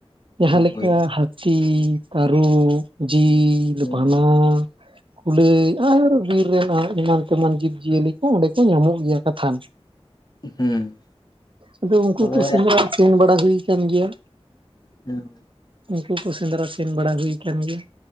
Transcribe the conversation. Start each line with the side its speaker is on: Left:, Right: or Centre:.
Right: ᱡᱟᱦᱟᱸ
Left: ᱦᱳᱭ
Right: ᱞᱮᱠᱟ ᱦᱟᱠ ᱦᱟᱹᱛᱤ, ᱛᱟᱹᱨᱩᱵᱽ, ᱡᱤ
Left: ᱦᱩᱸ
Right: ᱵᱟᱱᱟ, ᱠᱩᱞᱟᱹᱭ ᱟᱨ ᱵᱤᱨ ᱮᱢᱟᱱ ᱛᱮᱢᱟᱱ ᱡᱤᱵᱽ ᱡᱤᱭᱟᱹᱞᱤ ᱠᱚ ᱚᱸᱰᱮ ᱠᱚ ᱧᱟᱢᱚᱜ ᱜᱮᱭᱟ, ᱠᱟᱛᱷᱟᱱ
Left: ᱦᱩᱸ
Right: ᱟᱫᱚ ᱩᱱᱠᱩ
Left: ᱛᱚᱵᱮ
Right: ᱠᱚ ᱥᱮᱱ ᱥᱮᱸᱫᱽᱨᱟ ᱥᱮᱱ ᱵᱟᱲᱟ ᱦᱩᱭ ᱠᱟᱱᱟᱱ ᱜᱮᱭᱟ
Left: ᱦ
Right: ᱩᱱᱠᱩ ᱠᱚ ᱥᱮᱸᱫᱽᱨᱟ ᱥᱮᱱ ᱵᱟᱲᱟ ᱦᱩᱭ ᱟᱠᱟᱱ ᱜᱮᱭᱟ᱾